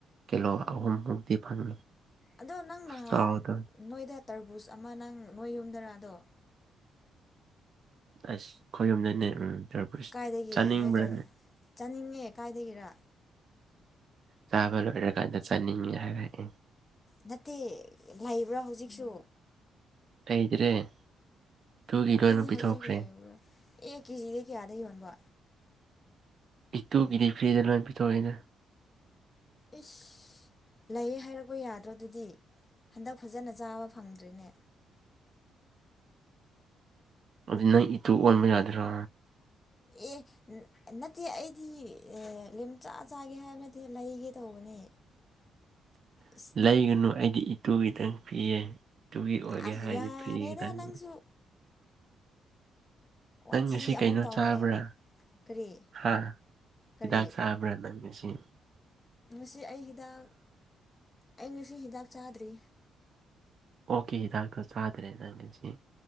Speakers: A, on the right; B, on the left.
A: ꯀꯤꯂꯣ
B: ꯑꯣ
A: ꯑꯍꯨꯝꯃꯨꯛꯇꯤ ꯐꯪꯉꯤ
B: ꯑꯗꯣ ꯅꯪ
A: ꯈꯨꯆꯥꯎꯗꯣ
B: ꯅꯍꯥꯟ ꯅꯣꯏꯗ ꯇꯔꯕꯨꯖ ꯑꯃ ꯅꯪ ꯅꯣꯏ ꯌꯨꯝꯗꯔꯥꯗꯣ
A: ꯑꯁ ꯈꯌꯨꯝꯗꯅꯦꯇꯔꯄ
B: ꯀꯥꯏꯗꯒꯤ
A: ꯆꯥꯅꯤꯡꯕ꯭ꯔꯅꯦ
B: ꯅꯣꯏ ꯇꯔ ꯆꯥꯅꯤꯡꯉꯦ ꯀꯥꯏꯗꯒꯤꯔ
A: ꯆꯥꯕ ꯂꯣꯏꯔꯀꯥꯟꯗ ꯆꯥꯅꯤꯡꯉꯦ ꯍꯥꯏꯔꯛꯑꯦ
B: ꯅꯠꯇꯦ ꯂꯩꯕ꯭ꯔꯥ ꯍꯧꯖꯤꯛꯁꯨ
A: ꯂꯩꯗ꯭ꯔꯦ ꯑꯗꯨꯒꯤ
B: ꯑꯣ
A: ꯑꯣꯏꯅ
B: ꯑꯩꯗꯤ
A: ꯄꯤꯊꯣꯛꯈ꯭ꯔꯦ
B: ꯍꯧꯖꯤꯛ ꯂꯩꯔꯔꯣꯏ ꯑꯦ ꯀꯦꯖꯤꯗꯩ ꯀꯌꯥꯗꯩ ꯌꯣꯟꯕ
A: ꯏ ꯇꯨꯒꯤꯗꯤ ꯐ꯭ꯔꯤꯗ ꯂꯣꯏꯅ ꯄꯤꯊꯣꯛꯏꯅ
B: ꯏꯁꯁ ꯂꯩꯌꯦ ꯍꯥꯏꯔꯛꯄ ꯌꯥꯗ꯭ꯔꯣ ꯑꯗꯨꯗꯤ ꯍꯟꯗꯛ ꯐꯖꯅ ꯆꯥꯕ ꯐꯪꯗ꯭ꯔꯤꯅꯦ
A: ꯑꯗꯨ ꯅꯪ ꯏꯇꯨ ꯑꯣꯟꯕ ꯌꯥꯗ꯭ꯔꯥ
B: ꯑꯦ ꯅꯠꯇꯦ ꯑꯩꯗꯤ ꯂꯦꯝꯆꯥ ꯆꯥꯒꯦ ꯍꯥꯏꯕ ꯅꯠꯇꯦ ꯂꯩꯒꯦ ꯇꯧꯕꯅꯦ
A: <inaudible>
B: ꯏꯁ
A: ꯂꯩꯒꯅꯨ ꯑꯩꯗꯤ ꯏꯇꯨꯒꯤꯇꯪ ꯄꯤꯌꯦ ꯏꯇꯨꯒꯤ ꯑꯣꯏꯒꯦ
B: ꯑꯁ
A: ꯍꯥꯏꯔꯗꯤ
B: ꯌꯥꯔꯦꯗ
A: ꯐ꯭ꯔꯤ ꯈꯤꯗꯪ
B: ꯅꯪꯁꯨ
A: ꯅꯪ
B: ꯋꯥꯊꯤ
A: ꯉꯁꯤ
B: ꯑꯃꯨꯛ
A: ꯀꯩꯅꯣ
B: ꯇꯧꯔꯛꯑꯦ
A: ꯆꯥꯕ꯭ꯔꯥ
B: ꯀꯔꯤ
A: ꯍꯥ
B: ꯀꯔꯤ
A: ꯍꯤꯗꯥꯛ ꯆꯥꯕ꯭ꯔꯥ ꯅꯪꯉꯁꯤ
B: ꯉꯁꯤ ꯑꯩ ꯍꯤꯗꯥꯛ ꯑꯩ ꯁꯤ ꯍꯤꯗꯥꯛ ꯆꯥꯗ꯭ꯔꯤ
A: ꯑꯣꯀꯤ ꯍꯤꯗꯥꯛꯇꯣ ꯆꯥꯗ꯭ꯔꯦ ꯅꯪ ꯉꯁꯤ